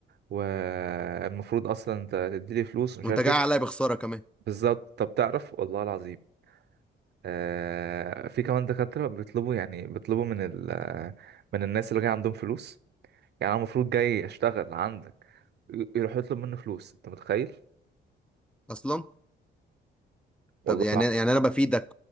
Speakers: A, on the right; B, in the centre.
A: والمفروض اصلا انت تديلي فلوس مش
B: وانت
A: عارف
B: جاي
A: ايه
B: عليا بخساره كمان
A: بالظبط طب تعرف والله العظيم آه في كمان دكاترة بيطلبوا يعني بيطلبوا من ال آه، من الناس اللي جاي عندهم فلوس يعني انا المفروض جاي اشتغل عندك ي- يروح يطلب منه فلوس انت متخيل
B: اصلا
A: والله
B: طب يعني
A: العظيم
B: يعني انا بفيدك